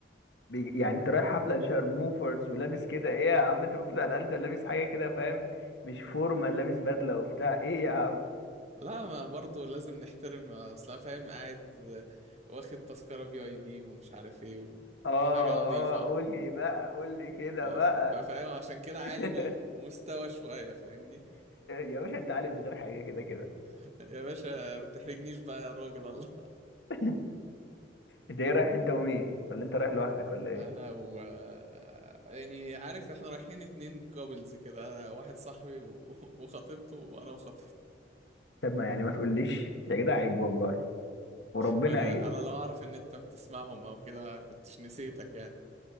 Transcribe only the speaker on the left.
بيج- يعني انت رايح حفله لشارموفرز ولابس كده ايه يا عم انت المفروض على الاقل تبقى لابس حاجه كده فاهم مش فورمال لابس بدله وبتاع ايه يا عم
اه
اه قول لي بقى قول لي كده
بقى
<laughs>
يا باشا انت عالي من غير حاجه كده كده
<laughs> انت ايه رايح انت ومين ولا انت رايح لوحدك ولا ايه
طب ما يعني ما تقوليش يا جدع عيب والله وربنا
عيب